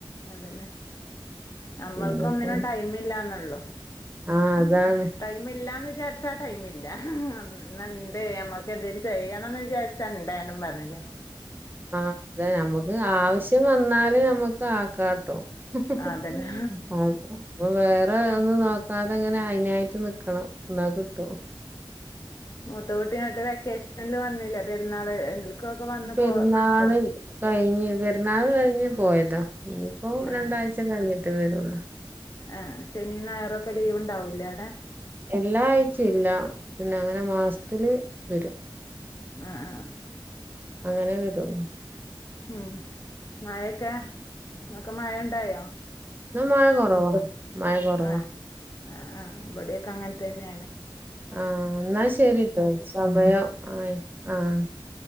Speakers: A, on the left; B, on the right.
A: അതന്നെ ഞമ്മൾക്ക്
B: പിന്നെപ്പോ
A: ഒന്നിനും ടൈം ഇല്ലാന്നൊള്ളു
B: ആഹ് അതാണ്
A: ടൈം ഇല്ലാന്ന് വിചാരിച്ച ടൈമില്ല ന്നാണ്ടേ ഞമ്മക്ക് എന്തേലും ചെയ്യണംന്ന്‌ വിചാരി ച്ച ണ്ടേനും പറഞ്ഞില്ലേ
B: ആഹ് അതെ നമുക്ക് ആവിശ്യം വന്നാല് നമ്മുക്ക് ആക്കാട്ടോ
A: അതന്നെ
B: <inaudible> വേറെ ഒന്നും നോക്കാതെ ഇങ്ങനെ അതിനായിട്ട് നിക്കണം ന്നാ കിട്ടും
A: മൂത്ത കുട്ടി ന്ന്ട്ട് വെക്കേഷനിൽ വന്നില്ലേ പെരുന്നാൾ ക്കൊക്കെ വന്ന്
B: പെരുന്നാള്
A: പോ പോ
B: കഴിഞ്ഞ് പെരുന്നാൾ കഴിഞ്ഞ് പോയതാ ഇഞ്പ്പോ
A: ആഹ്
B: രണ്ടാഴ്ച്ച കഴിഞ്ഞിട്ട് വരൊള്ളൂ
A: ആഹ് ശനി ഞായർ ക ലീവ് ഇണ്ടാവുല്ലേ
B: എല്ലാ ആയ്ച്ചില്ല പിന്നെ അങ്ങനെ മാസ്ത്തില് വരും
A: ആഹ് ആഹ്
B: അങ്ങനെ വെരൊള്ളു
A: ഉം മയൊക്കെ ഇന്ന് ഒക്കെ മയ ഇണ്ടായോ
B: ഇന്ന് മഴ കൊറവാ മയകൊറവാ
A: ആഹ് ആഹ് ആഹ് ഇബടിംഒക്കെ അങ്ങൻ തന്നെണ്
B: ആഹ് ഇന്നാ ശെരിട്ടോ സമയം ആയി ആഹ്